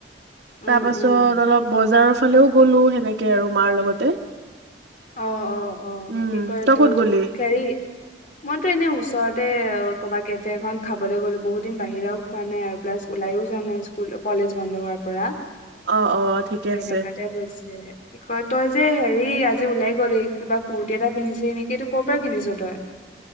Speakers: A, on the left; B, on the right.
A: উম
B: তাৰপাছত
A: উম
B: অলপ বজাৰৰ ফালেওঁ। গলো সেনেকে আৰু মাৰ লগতে।
A: অ অ অ
B: উম,
A: কি কয়
B: তই
A: ইটো
B: ক'ত গ'লি?
A: হৰি মইতো এনে ওচৰতে। ক'ৰবাত কেফে এখন খাবলৈ গ'লো বহুত দিন বাহিৰাও খোৱা নাই আৰু প্লাছ ওলাইও যোৱা নাই স্কুল কলেজ বন্ধ হোৱাৰ পৰা।
B: অ অ অ ঠিকে
A: এনেকাতে
B: আছে।
A: বৈছে কি কয় তই যে হেৰি আজি। ওলাই গ'ল এই কিবা কুৰ্তি এটা পিন্ধিছে নেকি এইটো ক'ৰ পৰা কিনিছ তই।